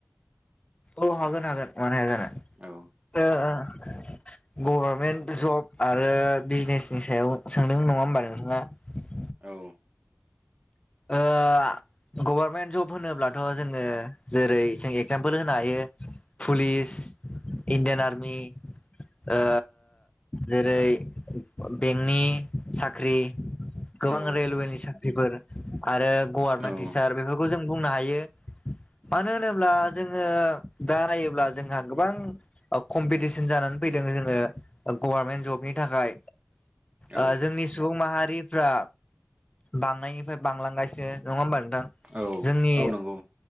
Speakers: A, on the left; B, on the right.
A: औ हागोन हागोन मानो हाया जानो
B: औ
A: ओ ओ गभर्नमेन्ट जब आरो बिजनेसनि सायाव सोंदों नङा होमबा नोंथाङा
B: औ
A: ओ गभारनमेन्ट जब होनोब्लाथ' जोङो जेरै जों एगजामपोल होनो हायो पुलिस इंडियान आर्मी आ जेरै बेंकनि साख्रि गोबां
B: औ
A: रेलवेनि साख्रिफोर आरो गभारनमेन्ट
B: औ
A: टिचार बेफोरखौ जों बुंनो हायो मानो होनोब्ला जोङो दा नायोब्ला जोंहा गोबां कम्पिटिसन जानानै फैदों जोङो गभारनमेन्ट जबनि थाखाय
B: औ
A: आ जोंनि सुबुं माहारिफ्रा बांनायनिफ्राय बांलांगासिनो नङा होमबा नोंथां
B: औ
A: जोंनि
B: औ नंगौ